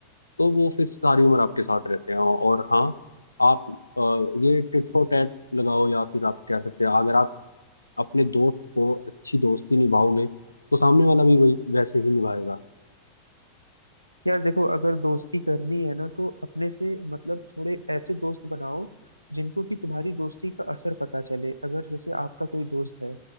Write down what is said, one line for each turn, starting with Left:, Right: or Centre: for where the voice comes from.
Left: तो वो फिर सारी उम्र आपके साथ रहते हैं और हाँ आप अ, ये टिट फॉर टैट लगाओ या फिर आप कह सकते हैं अगर आप अपने दोस्त को अच्छी दोस्ती निभाओगे तो सामने वाला भी वही वैसे ही निभाएगा
Right: यार देखो अगर दोस्ती करनी है ना तो अपने से मतलब थोड़े ऐसे दोस्त बनाओ जिनको कि तुम्हारी दोस्ती का असर पता चले अगर जैसे आपका कोई दोस्त है